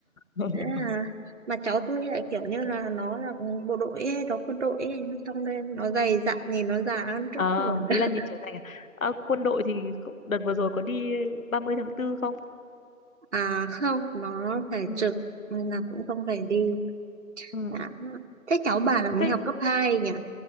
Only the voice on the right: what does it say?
Thế là mà cháu tôi lại kiểu như là nó là bộ đội ấy, nó quân đội ấy, xong nên nó dày dặn nhìn nó già hơn trước
tuổi
<laughs>
à không nó phải
trực nên là cũng không phải đi
à,
thế cháu bà là mới
học cấp hai nhỉ